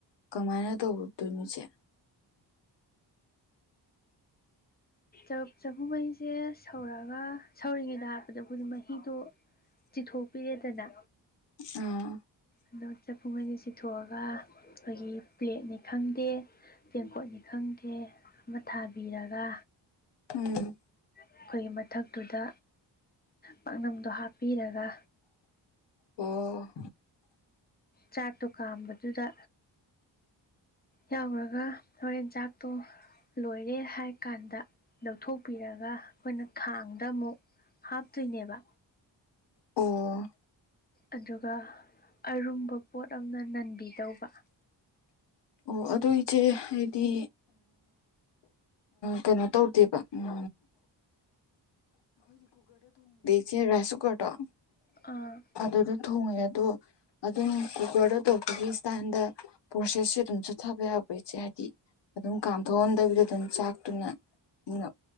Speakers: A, on the left (about 65°); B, on the left (about 20°).
A: ꯀꯃꯥꯏꯅ ꯇꯧꯔꯗꯣꯏꯅꯣꯁꯦ
B: ꯑ ꯆꯐꯨ ꯃꯍꯩꯤꯁꯦ ꯁꯧꯔꯛꯑꯒ ꯁꯧꯔꯤꯉꯩꯅ ꯍꯥꯏꯕꯗ ꯑꯩꯈꯣꯏꯗꯤ ꯃꯍꯤꯗꯣ ꯆꯤꯊꯣꯛꯄꯤꯔꯦꯗꯅ
A: ꯑꯥ
B: ꯑꯗꯣ ꯆꯐꯨ ꯑꯅꯤ ꯁꯤꯊꯣꯛꯑꯒ ꯑꯩꯈꯣꯏꯒꯤ ꯄ꯭ꯂꯦꯠꯅꯤ ꯈꯪꯗꯦ ꯆꯦꯡꯀꯣꯠꯅꯤ ꯈꯪꯗꯦ ꯑꯃ ꯊꯥꯕꯤꯔꯒ
A: ꯎꯝ
B: ꯑꯩꯈꯣꯏꯒꯤ ꯃꯊꯛꯇꯨꯗ ꯄꯥꯛꯅꯝꯗꯣ ꯍꯥꯞꯄꯤꯔꯒ
A: ꯑꯣ
B: ꯆꯥꯛꯇꯣ ꯀꯥꯝꯕꯗꯨꯗ ꯌꯥꯎꯈ꯭ꯔꯒ ꯍꯣꯔꯦꯟꯖꯥꯛꯇꯣ ꯂꯣꯏꯔꯦ ꯍꯥꯏ ꯀꯥꯟꯗ ꯂꯧꯊꯣꯛꯄꯤꯔꯒ ꯑꯩꯈꯣꯏꯅ ꯈꯥꯡꯗ ꯑꯃꯨꯛ ꯍꯥꯞ ꯊꯏꯅꯦꯕ
A: ꯑꯣ
B: ꯑꯗꯨꯒ ꯑꯔꯨꯝꯕ ꯄꯣꯠ ꯑꯃꯅ ꯅꯟꯕꯤꯗꯧꯕ
A: ꯑꯣ ꯑꯗꯨ ꯏꯆꯦ ꯍꯥꯏꯗꯤ ꯀꯩꯅꯣ ꯇꯧꯗꯦꯕ ꯎꯝ ꯁꯤꯦ ꯔꯥꯏꯁ ꯀꯨꯀꯔꯗꯣ
B: ꯑꯥ
A: ꯑꯗꯨꯗꯣ ꯊꯣꯡꯉꯦ ꯑꯗꯣ ꯑꯗꯨꯝ ꯀꯨꯀꯔꯗ ꯇꯧꯕꯒꯤ ꯏꯁꯇꯥꯏꯜꯗ ꯄ꯭ꯔꯣꯁꯦꯁꯁꯦ ꯑꯗꯨꯝ ꯆꯠꯊꯕ ꯌꯥꯕ ꯏꯆꯦ ꯑꯗꯨꯝ ꯀꯥꯝꯊꯣꯛꯑꯟꯗꯕꯤꯗ ꯑꯗꯨꯝ ꯆꯥꯛ ꯑꯗꯨꯨꯅ